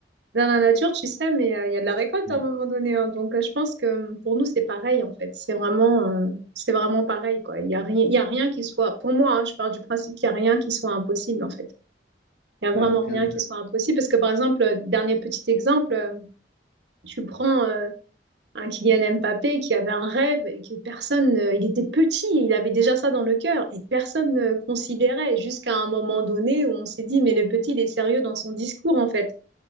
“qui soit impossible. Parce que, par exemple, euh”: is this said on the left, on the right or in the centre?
Right